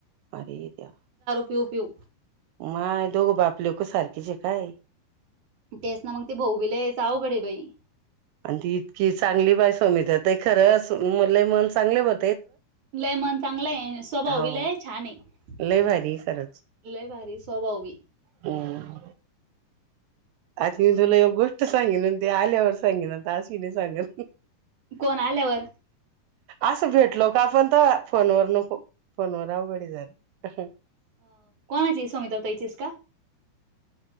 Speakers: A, on the right; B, on the right.
A: आरे देवा!
B: पीऊ पीऊ
A: माय दोघं बाप लोक सारखीच काय?
B: तेच ना मग ते भाऊ गेले हिचं अवघड आहे बाई.
A: आणि ती इतकी चांगली बाय सोमित्रा ताई ते खरंच म्हलं मन चांगले भर
B: लय मन चांगलंय स्वभाव
A: हाव
B: बी लय छान आहे
A: लय भारी खरंच
B: लय भारी स्वभाव बी.
A: हम्म आता मी तुला एक गोष्ट सांगेन ते आल्यावर सांगेन आता आश्विनी सांगेन.
B: कोण आल्यावर?
A: असं भेटलो का आपण तवा फोनवर नको. फोनवर अवघडे जरा. हम्म
B: अ कोणाची सुमित्रा ताईचीच का?